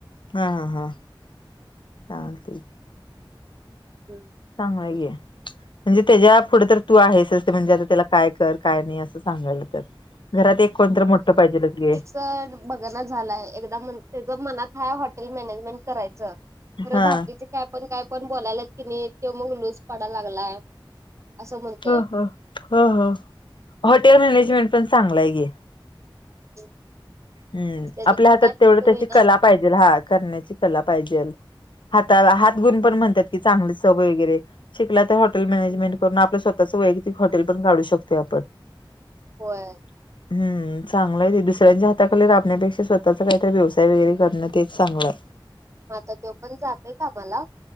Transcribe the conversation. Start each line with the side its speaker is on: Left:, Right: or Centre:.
Left: हा, हा, हा, चालतयऽ
Right: हम्,
Left: चांगलंय की. म्हणजे त्याच्या पुढं तर तू आहेसच. म्हणजे आता त्याला काय कर काय नाही. अस सांगायला तर घरात एक कोण तर मोठं पाहिजेलच की.
Right: च बघणा झालाय. एकदा त्याच मनात हाय हॉटेल मॅनेजमेंट करायच.
Left: हा.
Right: खरं बाकीचे काय पण काय पण बोलायलात की नाही, तो मग लूज पडा लागलाय. असं म्हणतोय.
Left: ह ह ह ह हॉटेल मॅनेजमेंट पण चांगला आहे की.
Right: <inaudible>
Left: हम्म
Right: त्याच
Left: आपल्या
Right: पण
Left: हातात
Right: काय फिक्स
Left: तेवढ
Right: होईना
Left: त्याची कला पाहिजे. हा करण्याची कला पाहिजेल. हाताला हात गुण पण म्हणतात की चांगली चव वगैरे. शिकला त्या हॉटेल मॅनेजमेंट करून आपलं स्वतःचं वैयक्तिक हॉटेल पण काढू शकतोय आपण.
Right: होय.
Left: हम्म चांगल आहे ते दुसऱ्यांच्या हात त्या खाली राबन्यापेक्षा स्वतःचा काहीतरी व्यवसाय वैगरे करण तेच चांगलय.
Right: आता तो पण जातोय कामाला.